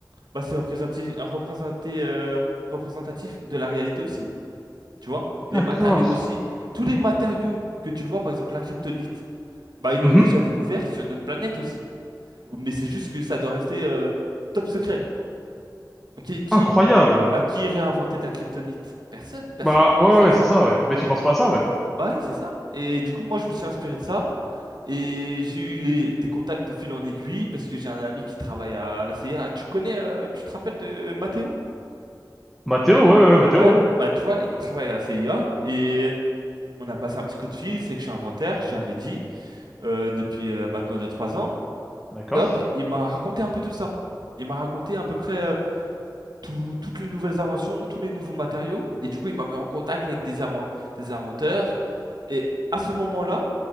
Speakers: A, on the right; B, in the centre.
A: bah, c'est représentatif, représenté, euh, représentatif de la réalité aussi. Tu vois?
B: D'accord.
A: Les matériaux aussi. Tous les matériaux que tu vois, par exemple la kryptonite, bah, ils
B: Mhm.
A: l'ont déjà découvert sur notre planète aussi. Mais c'est juste que ça doit rester euh, top secret. Qui, qui,
B: Incroyable.
A: bah, qui irait inventer de la kryptonite? Personne. Personne
B: Bah
A: ne pensé
B: ouais ouais
A: à ça.
B: c'est ça ouais. Mais tu penses pas à ça ouais.
A: Bah oui, c'est ça. Et du coup, moi, je me suis inspiré de ça. Et j'ai eu les, des contacts de fil en aiguille parce que j'ai un ami qui travaille à la CIA. Tu connais, euh, tu te rappelles de Mathéo?
B: Mathéo ouais ouais ouais, Mathéo
A: Ouais,
B: ouais.
A: bah tu vois, il travaille à la CIA et on a passé un petit coup de fil, c'est que je suis inventaire, j'avais dit, euh, depuis euh, maintenant deux trois ans.
B: D'accord.
A: Et hop, il m'a raconté un peu tout ça. Il m'a raconté à peu près euh, tout- toutes les nouvelles inventions, tous les nouveaux matériaux. Et du coup, il m'a mis en contact avec des, inven- des inventeurs. Et à ce moment-là,